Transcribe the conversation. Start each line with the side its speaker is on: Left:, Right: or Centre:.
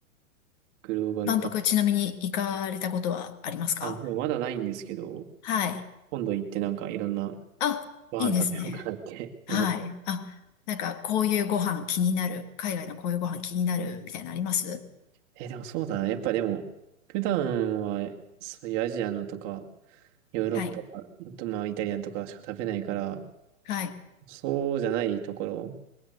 Right: グローバル化。
Left: 万博ちなみに行かれたことはありますか
Right: あ、もうまだないんですけど、
Left: はい。
Right: 今度行ってなんかいろんな
Left: あ、
Right: ご飯食べようかなって
Left: いいですね。
Right: <laughs>
Left: はい。
Right: 思って。
Left: あ、なんかこういうご飯気になる。海外のこういうご飯気になるみたいなのあります
Right: え、でもそうだな。やっぱでも、普段はそういうアジアのとか、ヨーロッパ、
Left: はい。
Right: あとまあイタリアンとかしか食べないから、
Left: はい。
Right: そうじゃないところ